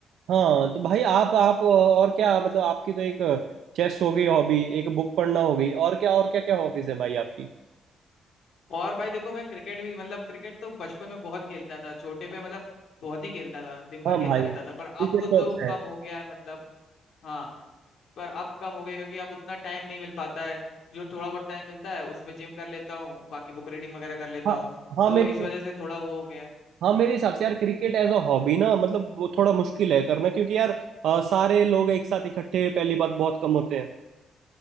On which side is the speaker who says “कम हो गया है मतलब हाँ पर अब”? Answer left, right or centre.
Left